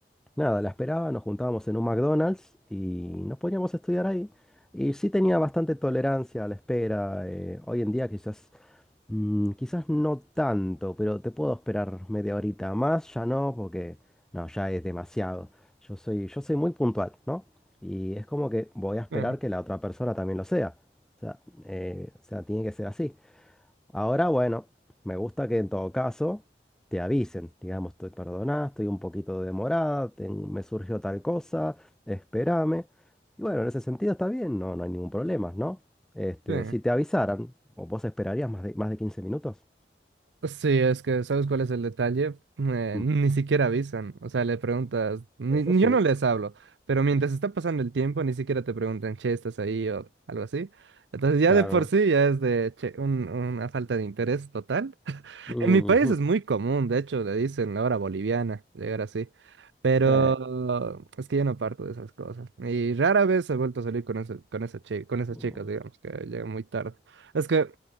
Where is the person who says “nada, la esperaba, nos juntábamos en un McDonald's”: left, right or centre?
Centre